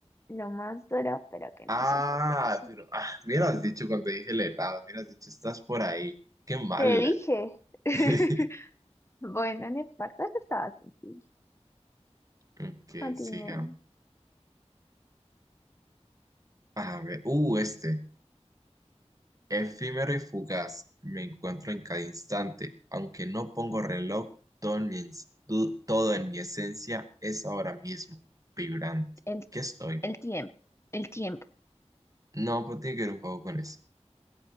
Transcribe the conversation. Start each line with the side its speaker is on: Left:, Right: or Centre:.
Left: Lo más duro, pero que
Right: Ah,
Left: no soporta el sol.
Right: pero ah, me hubieras dicho cuando dije el helado, me hubieras dicho, estás por ahí. Qué mala.
Left: Te dije. <laughs>
Right: <laughs>
Left: Bueno, en importa, eso estaba sencillo.
Right: Ok,
Left: Continúe.
Right: sigamos. A ver, uh, este. Efímero y fugaz, me encuentro en cada instante, aunque no pongo reloj, todo en mi, ens- tu- todo en mi esencia es ahora mismo, vibrante.
Left: El,
Right: ¿Qué estoy?
Left: el tiempo. El tiempo.
Right: No, pues tiene que ver un poco con eso.